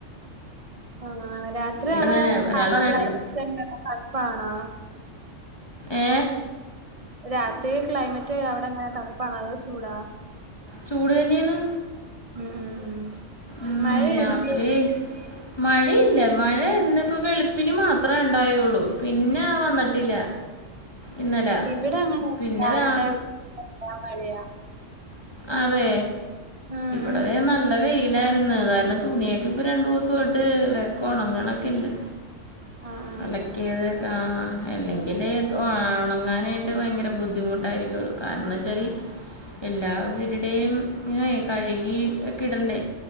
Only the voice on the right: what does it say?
ആ രാത്രി
അവിടെ
കാ
ചെന്നപ്പോ തണുപ്പാണോ
രാത്രി ക്ലൈമറ്റ് അവിടെ അങ്ങനെ തണുപ്പാണോ അതോ ചൂടാ
ഉം ഉം ഉം
മഴയില്ലേ
ഇവിടെ അങ്ങനെ
രാവിലെ
ഉച്ചക്ക മഴയാ
<unintelligible>
<unintelligible>